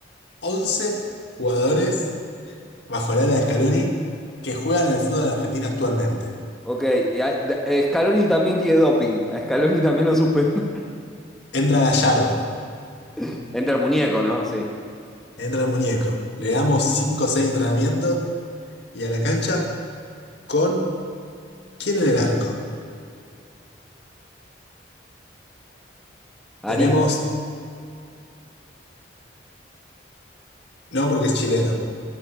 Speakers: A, on the left (about 65°); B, in the centre.
A: 11 jugadores bajo el ala de Scaloni que juegan en el fútbol argentino actualmente.
B: Ok, y hay- de- eh, Scaloni también tiene doping. A Scaloni también lo suspende.
A: Entra Gallardo,
B: <laughs> Entre el muñeco, ¿no? Sí.
A: entra el muñeco, le
B: Sí.
A: damos 5 o 6 entrenamientos y a la cancha con... ¿Quién en el arco?
B: Haría
A: Tenemos, no porque es chileno.